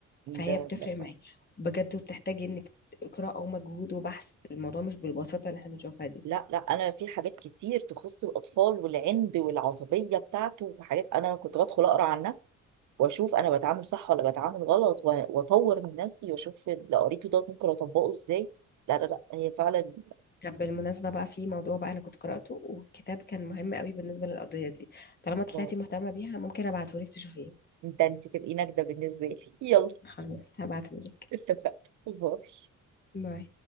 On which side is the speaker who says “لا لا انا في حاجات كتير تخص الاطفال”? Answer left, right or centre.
Right